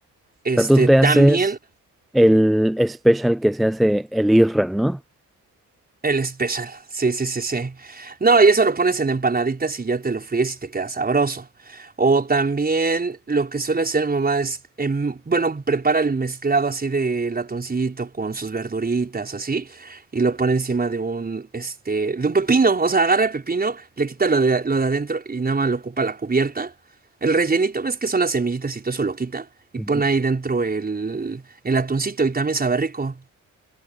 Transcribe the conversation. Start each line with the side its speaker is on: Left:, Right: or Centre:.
Right: Este,
Centre: sea, tú te
Right: también
Centre: haces el special que se hace el IRRAM, ¿no?
Right: El especial, sí, sí, sí, sí. No, y eso lo pones en empanaditas y ya te lo fríes y te queda sabroso. O también lo que suele hacer mi mamá es, em, bueno, prepara el mezclado así de latoncito con sus verduritas, así, y lo pone encima de un, este, de un pepino. O sea, agarra el pepino, le quita lo de, lo de adentro y nada más lo ocupa la cubierta. El rellenito, ves que son las semillitas y todo eso lo quita y
Centre: Ujú.
Right: pone ahí dentro el, el atuncito y también sabe rico.